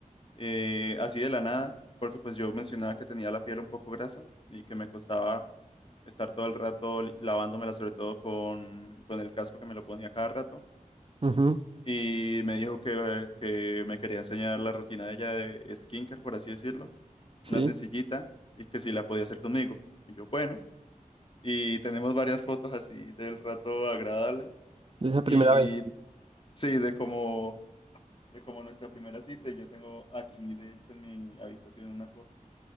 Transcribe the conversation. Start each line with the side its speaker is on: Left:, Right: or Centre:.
Left: eh, así de la nada, porque pues yo mencionaba que tenía la piel un poco grasa y que me costaba estar todo el rato li- lavándomela, sobre todo con, con el casco que me lo ponía cada rato.
Right: Ujú,
Left: y me dijo que, que me quería enseñar la rutina de ella de skincare, por así decirlo,
Right: sí,
Left: una sencillita, y que si la podía hacer conmigo. Y yo, bueno, y tenemos varias fotos así del rato agradable,
Right: de esa
Left: y
Right: primera vez.
Left: sí, de como, de como nuestra primera cita, y yo tengo aquí, de hecho, en mi habitación una foto,